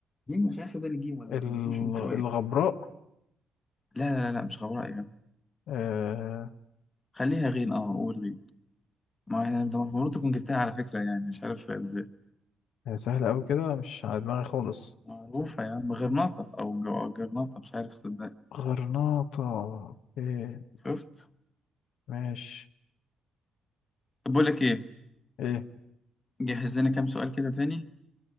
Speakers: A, on the left; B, on the left.
A: جيم مش عارف ده الجيم ولا
B: ال-
A: غين مش انطوائي
B: الغبراء
A: لا لا لا لا، مش غبراء يعني
B: آه
A: خليها غين اه قول غين. ما هي انت المفروض تكون جبتها على فكرة يعني مش عارف ازاي
B: هي سهلة أوي كده مش على دماغي خالص
A: معروفة يا عم غرناطة او جو- جرناطة مش عارف صدق
B: غرناطة إيه
A: شفت
B: ماشي
A: طب بقول لك ايه
B: إيه
A: جهز لنا كام سؤال كده تاني